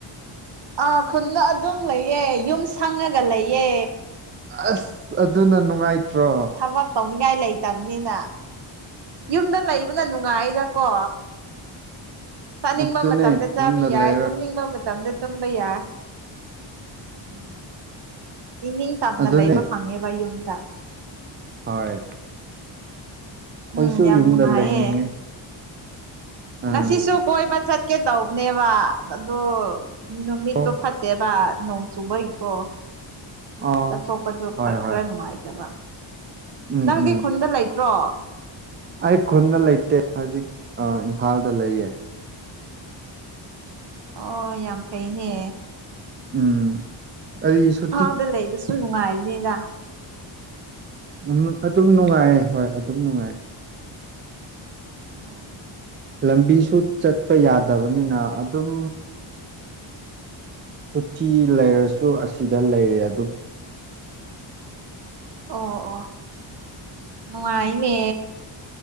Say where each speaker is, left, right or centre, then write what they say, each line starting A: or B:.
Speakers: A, on the right; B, on the right.
A: ꯑꯥ ꯈꯨꯟꯗ ꯑꯗꯨꯝ ꯂꯩꯌꯦ ꯌꯨꯝ ꯁꯪꯉꯒ ꯂꯩꯌꯦ
B: ꯑꯁ ꯑꯗꯨꯅ ꯅꯨꯡꯉꯥꯏꯇ꯭ꯔꯣ
A: ꯊꯕꯛ ꯇꯧꯅꯤꯡꯉꯥꯏ ꯂꯩ ꯂꯩꯕꯅꯤꯅ ꯌꯨꯝꯗ ꯂꯩꯕꯅ ꯅꯨꯡꯉꯥꯏꯗꯀꯣ ꯆꯥꯅꯤꯡꯕ
B: ꯑꯗꯨꯅꯦ
A: ꯃꯇꯝꯗ
B: ꯈꯨꯟꯗ
A: ꯆꯥꯕ ꯌꯥꯏ
B: ꯂꯩꯔꯒ
A: ꯇꯨꯝꯅꯤꯡꯕ ꯃꯇꯝꯗ ꯇꯨꯝꯕ ꯌꯥꯏ ꯎꯝ ꯏꯅꯤꯡ ꯇꯝꯅ
B: ꯑꯗꯨꯅꯦ
A: ꯂꯩꯕ ꯐꯪꯉꯦꯕ ꯌꯨꯝꯗ
B: ꯍꯣꯏ ꯑꯩꯈꯣꯏꯁꯨ
A: ꯎꯝ ꯌꯥꯝ
B: ꯌꯨꯝꯗ
A: ꯅꯨꯡꯉꯥꯏꯌꯦꯦ
B: ꯂꯩꯅꯤꯡꯉꯦ ꯑꯥ
A: ꯉꯁꯤꯁꯨ ꯀꯣꯏꯕ ꯆꯠꯀꯦ ꯇꯧꯕꯅꯦꯕ ꯑꯗꯨ ꯅꯨꯃꯤꯠꯇꯣ
B: ꯑꯣ
A: ꯐꯠꯇꯦꯕ ꯅꯣꯡ ꯆꯨꯕꯒꯤꯀꯣ
B: ꯑꯥ
A: ꯆꯠꯊꯣꯛꯄꯗꯨ
B: ꯍꯣꯏ ꯍꯣꯏ
A: ꯈꯔ ꯅꯨꯡꯉꯥꯏꯇꯕ
B: ꯎꯝ
A: ꯅꯪꯗꯤ
B: ꯎꯝ
A: ꯈꯨꯟꯗ ꯂꯩꯇ꯭ꯔꯣ
B: ꯑꯩ ꯈꯨꯟꯗ ꯂꯩꯇꯦ ꯍꯧꯖꯤꯛ ꯏꯝꯐꯥꯜꯗ ꯂꯩꯌꯦ
A: ꯑꯣ ꯌꯥꯝ ꯐꯩꯅꯦ
B: ꯎꯝ ꯑꯩ ꯁꯨꯇꯤ
A: ꯐꯥꯎꯗ ꯂꯩꯕꯁꯨ ꯅꯨꯡꯉꯥꯏꯔꯤꯅꯤꯗ
B: ꯎꯝ ꯑꯗꯨꯝ ꯅꯨꯡꯉꯥꯏꯌꯦ ꯍꯣꯏ ꯑꯗꯨꯝ ꯅꯨꯡꯉꯥꯏ
A: ꯎꯝ ꯎꯝ
B: ꯂꯝꯕꯤꯁꯨ ꯆꯠꯄ ꯌꯥꯗꯕꯅꯤꯅ ꯑꯗꯨꯝ ꯁꯨꯇꯤ ꯂꯩꯔꯁꯨ ꯑꯁꯤꯗ ꯂꯩꯔ ꯑꯗꯨꯝ
A: ꯑꯣ ꯑꯣ ꯅꯨꯡꯉꯥꯏꯅꯦ